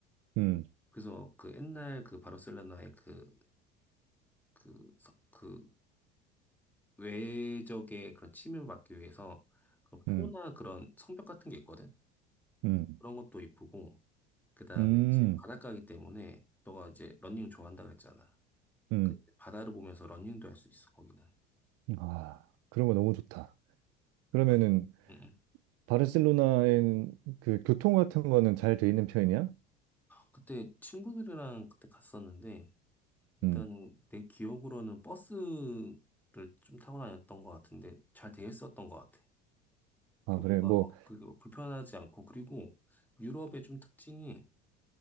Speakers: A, on the right; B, in the centre.
A: 음,
B: 그래서 그 옛날 그 바르셀로나의 그 그 그 외적의 그런 침입을 막기 위해서 그런 포나
A: 음,
B: 그런 성벽 같은 게 있거든.
A: 음,
B: 그런 것도 이쁘고 그 다음에
A: 음,
B: 이제 바닷가이기 때문에 너가 이제 러닝 좋아한다 그랬잖아.
A: 음.
B: 그 바다를 보면서 러닝도 할 수 있어 거기는.
A: 아 그런 거 너무 좋다. 그러면은
B: 그, 음.
A: 바르셀로나엔 그 교통 같은 거는 잘 돼 있는 편이야?
B: 그때 친구들이랑 그때 갔었는데, 일단은
A: 음.
B: 내 기억으로는 버스를 좀 타고 다녔던 것 같은데, 잘 되어 있었던 것 같아.
A: 아
B: 그
A: 그래
B: 뭔가
A: 뭐.
B: 막 그 불편하지 않고, 그리고 유럽의 좀 특징이